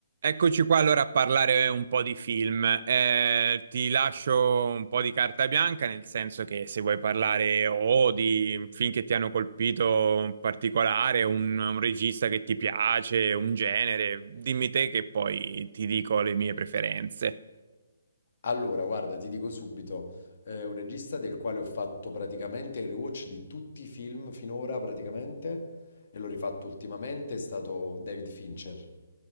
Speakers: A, on the right; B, on the left.
A: Eccoci qua allora a parlare un po' di film. Eh, ti lascio un po' di carta bianca, nel senso che se vuoi parlare o di film che ti hanno colpito in particolare, un, un regista che ti piace, un genere, dimmi te che poi ti dico le mie preferenze.
B: Allora, guarda, ti dico subito, è un regista del quale ho fatto praticamente il rewatch di tutti i film finora, praticamente, e l'ho rifatto ultimamente, è stato David Fincher,